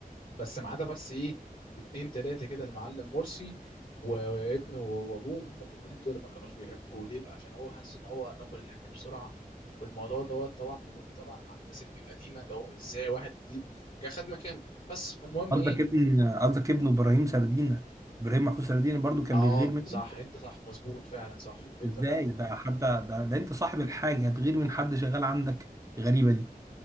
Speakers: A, on the left (about 60°); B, on the right (about 20°).
A: بس ما عدا بس ايه اتنين تلاته كده المعلم مرسي و- وابنه وابوه هم الاتنين دول ما كانوش بيحبوه ليه بقى عشان هو حاسس ان هو قربه للحاج بسرعه والموضوع دوت طبعا بي- طبعا مع الناس القديمه اللي هو ازاي واحد جديد جه خد مكانه بس فالمهم
B: قصدك
A: ايه
B: ابن قصدك ابنه ابراهيم سردينة ابراهيم محفوظ سردينة برضو كان
A: اه
B: بيغير منه
A: صح انت صح مظبوط فعلا صح ابنه
B: ازاي
A: فعلا
B: ده حد ده, ده انت صاحب الحاجة هتغير من حد شغال عندك غريبة دي